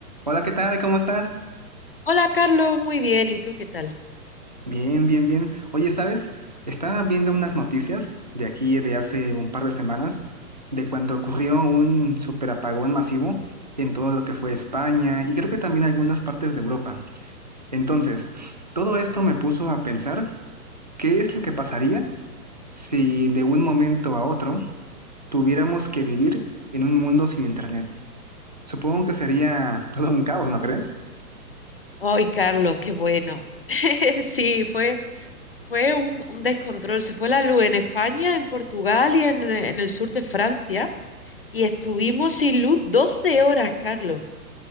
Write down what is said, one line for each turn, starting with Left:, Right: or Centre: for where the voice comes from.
Right: Hola, ¿qué tal? ¿Cómo estás?
Left: Hola Carlos, muy bien, ¿y tú qué tal?
Right: Bien, bien, bien. Oye, ¿sabes? Estaba viendo unas noticias de aquí de hace un par de semanas de cuando ocurrió un superapagón masivo en todo lo que fue España y creo que también algunas partes de Europa. Entonces, todo esto me puso a pensar qué es lo que pasaría si de un momento a otro tuviéramos que vivir en un mundo sin internet. Supongo que sería <laughs> todo un caos, ¿no crees?
Left: Ay, Carlos, qué bueno. <laughs> Sí, fue, fue un, un descontrol. Se fue la luz en España, en Portugal y en, en el sur de Francia. Y estuvimos sin luz 12 horas, Carlos.